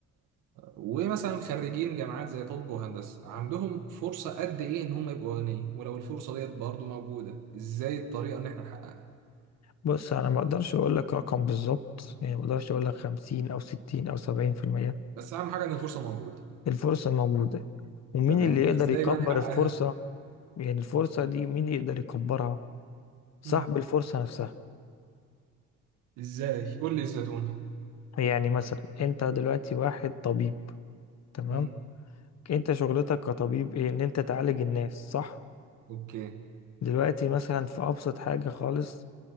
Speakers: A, on the right; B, on the left.
A: ومثلا خريجين جامعات زي طب وهندسة عندهم فرصة قد ايه ان هم يبقوا اغنياء ولو الفرصة ديت برضو موجودة ازاي الطريقة ان احنا نحققها
B: بص انا ما اقدرش اقول لك رقم بالظبط يعني ما اقدرش اقول لك 50 او 60 او 70%
A: بس اهم حاجة ان الفرصة موجودة
B: الفرصة موجودة ومين
A: تمام
B: اللي يقدر
A: ازاي
B: يكبر
A: بقى نحققها
B: الفرصة يعني الفرصة دي مين يقدر يكبرها صاحب
A: مم.
B: الفرصة نفسها
A: ازاي قول لي الزتونة
B: يعني مثلا انت دلوقتي واحد طبيب تمام
A: مم.
B: انت شغلتك كطبيب ايه ان انت تعالج الناس صح
A: اوكي
B: دلوقتي مثلا في ابسط حاجة خالص